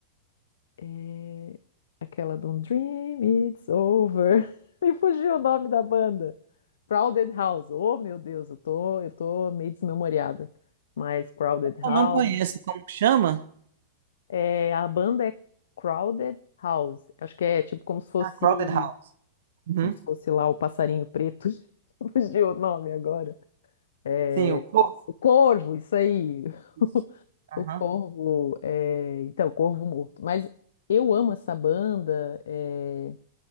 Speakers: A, on the left; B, on the right.
A: É, Aquela don't Dream It's Over. <laughs> Me fugiu o nome da banda. Crowded House. Oh, meu Deus, eu tô, eu tô meio desmemoriada. Mas Crowded House.
B: Eu não conheço. Como que chama?
A: É, a banda é Crowded House. Acho que é tipo como se fosse,
B: Ah, Crowded House. Uhum.
A: como se fosse lá o passarinho preto. <laughs> Fugiu o nome agora. É,
B: Sim, o corpo.
A: o Corvo, isso aí.
B: Isso.
A: <laughs>
B: Aham.
A: O Corvo, é, então, o Corvo Morto. Mas eu amo essa banda. é,